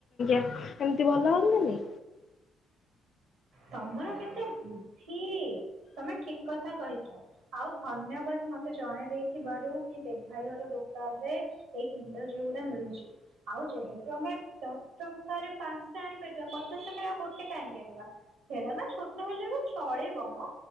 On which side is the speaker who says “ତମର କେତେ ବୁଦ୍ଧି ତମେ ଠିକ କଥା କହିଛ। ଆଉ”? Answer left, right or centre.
Right